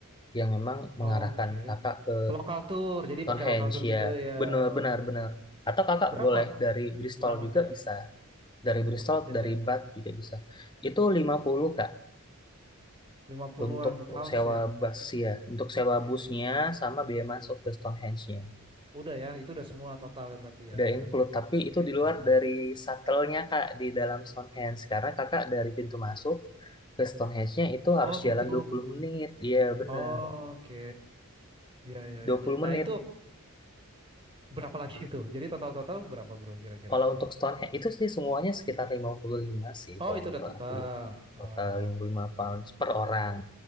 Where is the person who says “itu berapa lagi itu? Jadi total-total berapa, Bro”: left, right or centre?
Right